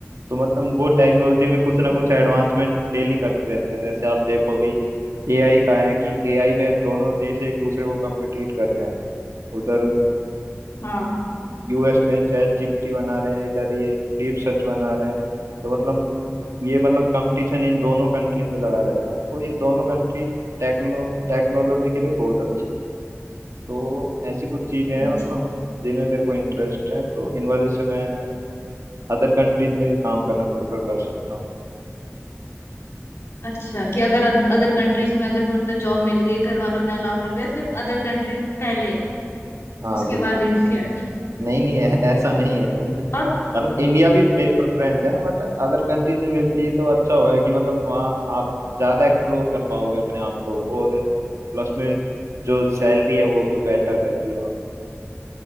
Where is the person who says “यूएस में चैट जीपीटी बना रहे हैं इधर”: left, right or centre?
Right